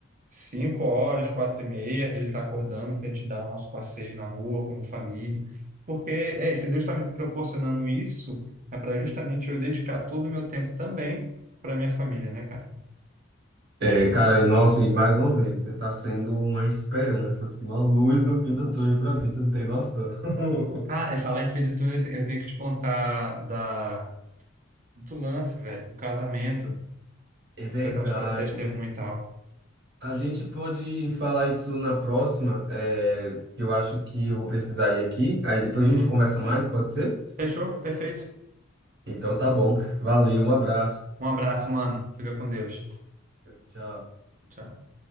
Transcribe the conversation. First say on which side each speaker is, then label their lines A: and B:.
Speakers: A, on the right; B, on the right.
A: Cinco horas, quatro e meia, ele está acordando para a gente dar o nosso passeio na rua como família. Porque é, se Deus está me proporcionando isso, é para justamente eu dedicar todo o meu tempo também para minha família, né, cara?
B: É, cara, nossa, e mais uma vez, você tá sendo uma esperança, assim, uma luz no fim do túnel pra mim, você não tem noção. <laughs>
A: Cara, e falar em fim de tudo, eu te- eu tenho que te contar da, do lance, velho, do casamento,
B: É
A: do
B: verdade.
A: que eu tava te falando, testemunho e tal.
B: A gente pode falar isso na próxima, é, que eu acho que eu vou precisar ir aqui, aí depois
A: Uhum.
B: a gente conversa mais, pode ser?
A: Fechou? Perfeito.
B: Então tá bom. Valeu, um abraço.
A: Um abraço, mano. Fica com Deus.
B: Tchau.
A: Tchau.